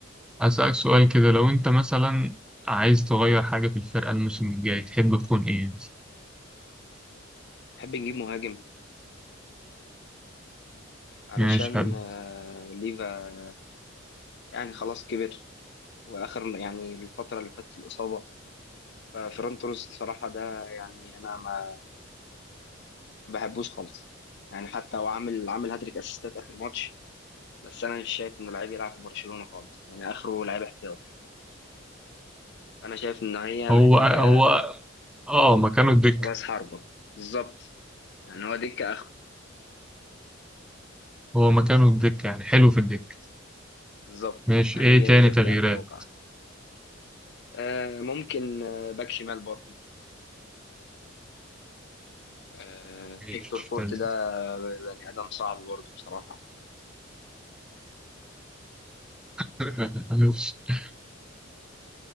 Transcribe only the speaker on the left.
نحب نجيب مهاجم علشان
آه، ليفا يعني خلاص كبر واخر يعني الفتره اللي فاتت الاصابه ففرونت روس بصراحه ده يعني انا ما بحبوش خالص يعني حتى هو عامل عامل هاتريك اسيستات اخر ماتش بس انا مش شايف انه لعيب يلعب في برشلونه خالص يعني اخره لعيب احتياط انا شايف ان هي
محتاجه
راس حربه بالظبط يعني هو دكه اخر
بالظبط
يعني
يجي
ينزل
كده اخر ربع آه ممكن آه باك شمال برضو آه
هيكتور فورت
ده آه، بني ادم صعب برضو بصراحه